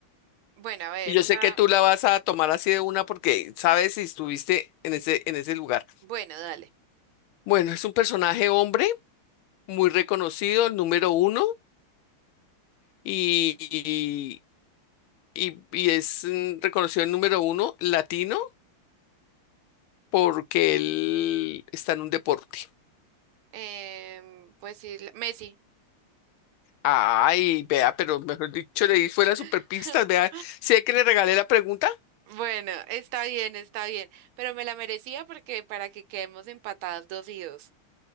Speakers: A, on the right; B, on the left.
A: bueno, a ver,
B: Y yo
A: una,
B: sé que tú la vas a tomar así de una porque sabes si estuviste en ese, en ese lugar.
A: bueno, dale.
B: Bueno, es un personaje hombre muy reconocido, el número uno, y, y- y- y es mm, reconocido el número uno latino porque él está en un deporte.
A: Em, pues sí, la- Messi.
B: Ay, vea, pero mejor dicho, le di fuera superpistas,
A: <laughs>
B: vea, sé que le regalé la pregunta.
A: Bueno, está bien, está bien, pero me la merecía porque para que quedemos empatadas dos y dos.